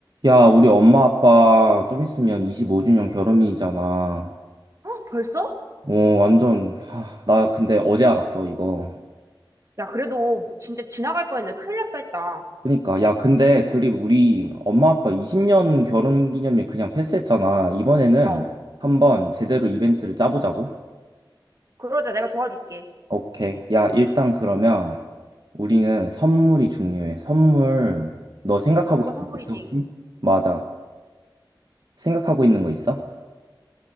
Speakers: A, on the right; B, on the right.
A: 야, 우리 엄마 아빠 좀 있으면 25주년 결혼이잖아.
B: 어, 벌써?
A: 어, 완전, 하, 나 근데 어제 알았어, 이거.
B: 야, 그래도 뭐 진짜 지나갈 뻔했네. 큰일 날 뻔했다.
A: 그러니까, 야, 근데, 그리 우리 엄마 아빠 20년 결혼 기념일 그냥 패스했잖아. 이번에는
B: 어,
A: 한번 제대로 이벤트를 짜보자고.
B: 그러자 내가 도와줄게.
A: 오케이. 야, 일단 그러면 우리는 선물이 중요해. 선물, 너 생각하고
B: 무조건
A: 있는
B: 선물이지.
A: 거 있어, 혹시? 맞아. 생각하고 있는 거 있어?